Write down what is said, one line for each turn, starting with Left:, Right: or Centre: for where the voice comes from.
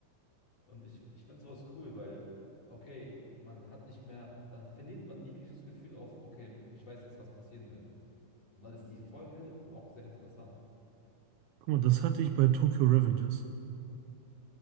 Left: Und ich, ich finde sowas cool, weil, okay, man hat nicht mehr, dann verliert man jegliches Gefühl auf, okay, ich weiß jetzt, was passieren wird. Und dann ist die Folge auch sehr interessant.
Right: Guck mal, das hatte ich bei Tokyo Revengers.